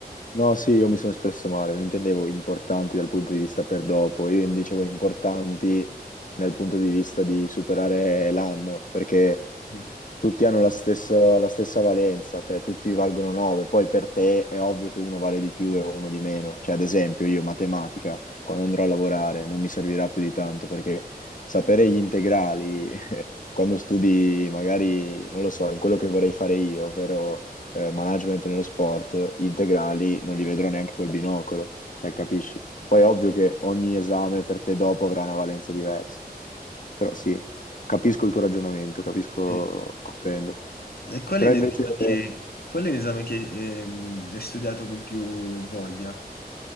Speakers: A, on the left; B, on the left.
A: No, sì, io mi sono espresso male, non intendevo importanti dal punto di vista per dopo, io dicevo importanti dal punto di vista di superare l'anno, perché
B: Mm.
A: tutti hanno la stessa, la stessa valenza, cioè tutti valgono 9, poi per te è ovvio che uno vale di più e uno di meno, cioè ad esempio io matematica, quando andrò a lavorare, non mi servirà più di tanto, perché sapere gli integrali quando studi magari, non lo so, in quello che vorrei fare io, ovvero eh, management nello sport, gli integrali non li vedrò neanche col binocolo, cioè capisci? Poi è ovvio che ogni esame per te dopo avrà una valenza diversa, però sì, capisco il tuo ragionamento, capisco,
B: E,
A: comprendo.
B: e qual
A: Però
B: è l'esame
A: invece...
B: che, qual è l'esame che ehm, hai studiato con più voglia?